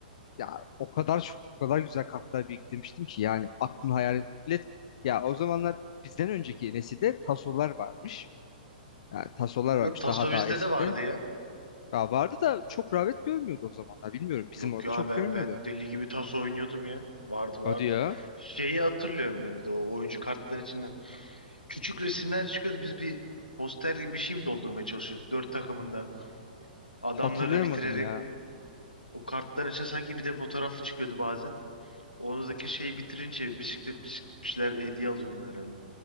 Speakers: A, on the left; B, on the left.
A: ya o kadar çok o kadar güzel kartlar biriktirmiştim ki yani aklın hayal et. Ya o zamanlar bizden önceki nesilde tasolar varmış. Yani tasolar varmış
B: Yok taso
A: daha daha
B: bizde
A: eskide.
B: de vardı ya.
A: Ya vardı da çok rağbet görmüyordu o zamanlar. Bilmiyorum bizim
B: Yok
A: orada
B: ya
A: çok
B: ben
A: görmüyordu.
B: ben deli gibi taso oynuyordum ya. Vardı
A: Hadi
B: vardı.
A: ya.
B: Şeyi hatırlıyorum ben bir de o oyuncu kartların içinden. Küçük resimler çıkıyordu. Biz bir poster gibi bir şey mi doldurmaya çalışıyoruz? Dört takımında adamları
A: Hatırlayamadım
B: bitirerek
A: ya.
B: O kartların içine sanki bir de fotoğraf çıkıyordu bazen. Oradaki şeyi bitirince bisiklet bisiklet bir şeyler hediye alıyordun herhalde.